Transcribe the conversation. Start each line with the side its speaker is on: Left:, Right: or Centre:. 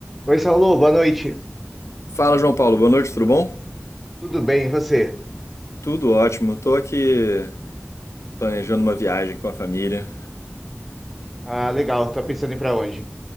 Centre: Oi, Saulo, boa noite.
Left: Fala, João Paulo. Boa noite, tudo bom?
Centre: Tudo bem, e você?
Left: Tudo ótimo. Tô aqui planejando uma viagem com a família.
Centre: Ah, legal. Tá pensando em ir pra onde?